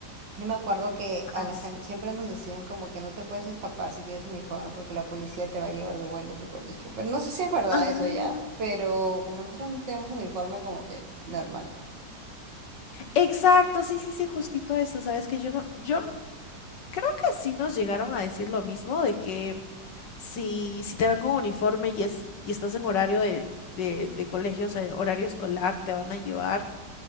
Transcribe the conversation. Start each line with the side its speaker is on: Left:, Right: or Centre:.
Right: yo me acuerdo que a
Left: Ah,
Right: la
Left: su-
Right: gente siempre nos decían como que no te puedes escapar si tienes uniforme porque la policía te va a llevar de vuelta a tu colegio, pero no sé si es verdad
Left: Ah.
Right: eso ya, pero como nosotros no teníamos uniforme como que normal.
Left: Exacto, sí, sí, sí, justito eso, sabes que yo no, yo creo que sí nos llegaron a decir lo mismo, de que si, si te ven con uniforme y es, y estás en horario de, de, de colegio, o sea, horario escolar, te van a llevar.